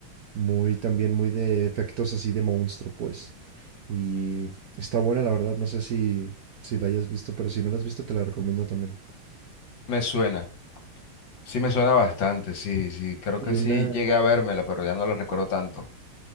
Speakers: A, on the right (about 60°); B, on the left (about 65°).
A: muy, también muy de efectos así de monstruo, pues. Y está buena, la verdad. No sé si, si la hayas visto, pero si no la has visto, te la recomiendo también.
B: Me suena, sí me suena bastante, sí, sí, creo
A: Y
B: que
A: una,
B: sí llegué a vérmela, pero ya no la recuerdo tanto.